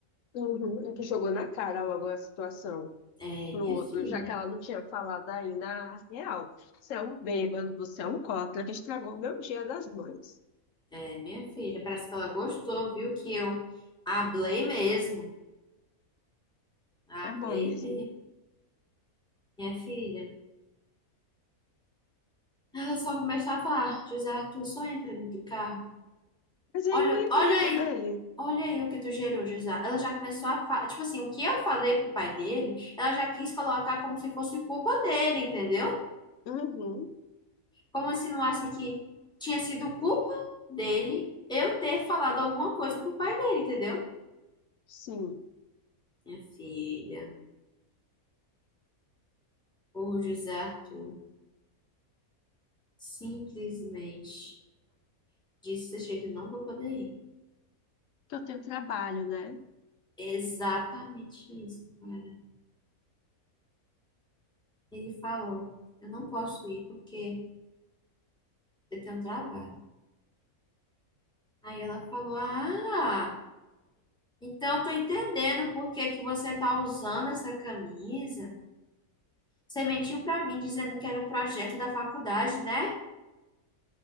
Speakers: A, on the left (about 65°); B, in the centre.
A: Uhum, Ele que jogou na cara logo a situação.
B: É, minha
A: no outro,
B: filha.
A: já que ela não tinha falado ainda a real. Você é um bêbado, você é um cópia que estragou meu dia das mães.
B: É, minha filha. Parece que ela gostou, viu que eu hablei mesmo. Hablei
A: É bom mesmo.
B: mesmo. Minha filha. Ela só começou a falar, "Ah, José Arthur, só entra dentro do carro.
A: Mas aí
B: Olha,
A: o emprego
B: olha aí.
A: dele?
B: Olha aí o que tu gerou, José. Ela já começou a falar. Tipo assim, o que eu falei pro pai dele, ela já quis colocar como se fosse culpa dele, entendeu?
A: Uhum,
B: Como se não insinuasse que tinha sido culpa dele eu ter falado alguma coisa pro pai dele, entendeu?
A: sim.
B: Minha filha, o José Arthur simplesmente disse desse jeito, eu não vou poder ir.
A: Que eu tenho trabalho, né?
B: É Exatamente isso, cara. Ele falou, eu não posso ir porque eu tenho trabalho. Aí ela falou, ah. Então, eu tô entendendo por que que você tá usando essa camisa. Você mentiu pra mim dizendo que era um projeto da faculdade, né?